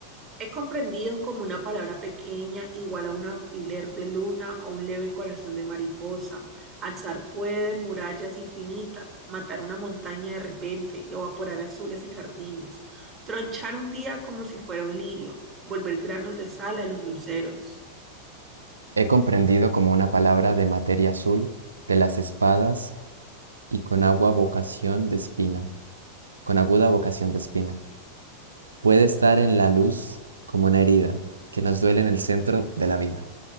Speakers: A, on the right; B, on the right.
A: Es comprendido como una palabra pequeña igual a un alfiler de luna o un leve corazón de mariposa. Alzar puede murallas infinitas, matar una montaña de repente, evaporar azules y jardines, tronchar un día como si fuera un lirio, volver granos de sal a los luceros.
B: He comprendido como una palabra de materia azul, de las espadas y con agua vocación de espina, con aguda vocación de espina. Puede estar en la luz como una herida que nos duele en el centro de la vida.